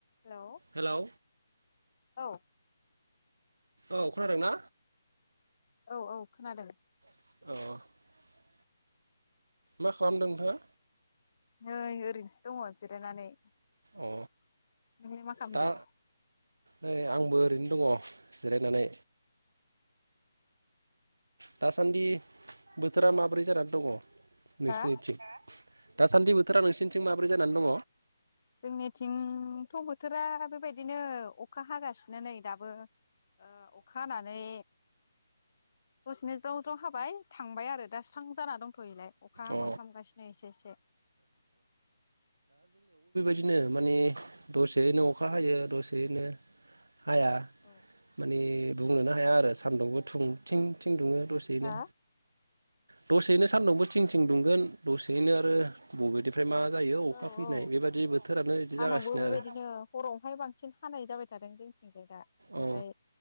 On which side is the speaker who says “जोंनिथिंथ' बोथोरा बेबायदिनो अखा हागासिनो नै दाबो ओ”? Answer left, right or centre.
Left